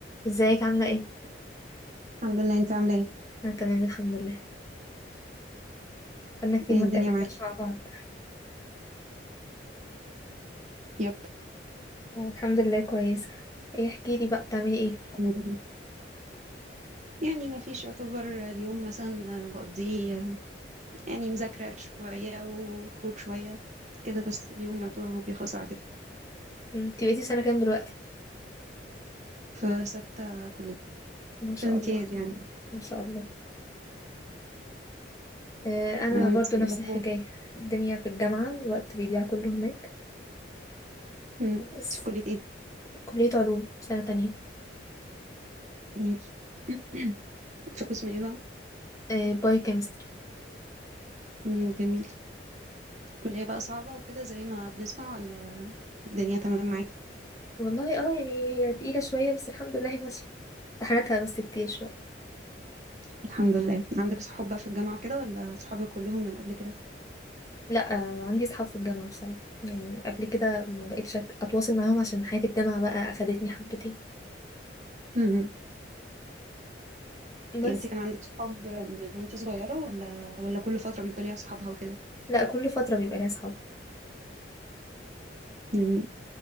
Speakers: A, on the left; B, on the right.
A: ازيك عاملة ايه؟
B: الحمد لله انت عامله ايه
A: انا تمام الحمد لله بقالنا كتير
B: ايه
A: ما
B: الدنيا
A: اتكلمناش
B: معاكي
A: مع بعض
B: يب
A: آه، الحمد لله كويسة ايه احكي لي بقى بتعملي ايه؟
B: الحمد لله. يعني ما فيش يعتبر اليوم مثلا بقضيه يعني مذاكره شويه وخروج شويه كده بس اليوم يعتبر هو بيخلص على كده
A: انت بقيتي سنة كام دلوقتي؟
B: في ستة كلية
A: ما شاء
B: في الامتياز
A: الله
B: يعني
A: ما شاء الله آه انا
B: آه، وانت
A: برضو
B: ايه
A: نفس
B: الاخبار
A: الحكاية الدنيا في الجامعة الوقت بيضيع كله هناك
B: مم.
A: بس
B: انت في كلية ايه
A: كلية علوم سنة تانية
B: جميل <clears throat> في قسم ايه بقى
A: آه باي كيمستري
B: مم، جميل كلية بقى صعبة وكده زي ما بنسمع ولا الدنيا تمام معاكي
A: والله اه يعني هي تقيلة شوية بس الحمد لله هي ماشية امتحاناتها بس كتير شوية
B: الحمد لله عندك صحاب بقى في الجامعة وكده ولا صحابك كلهم من قبل
A: لا آه عندي صحاب في الجامعة بصراحة يعني قبل كده ما بقيتش أتواصل معاهم عشان حياة الجامعة بقى أخدتني حبتين
B: كده
A: بس
B: يعني انت كان عندك صحاب من وانت صغيرة ولا ولا كل فترة بيبقى ليها صحابها وكده
A: لا كل فترة بيبقى ليا صحاب
B: جميل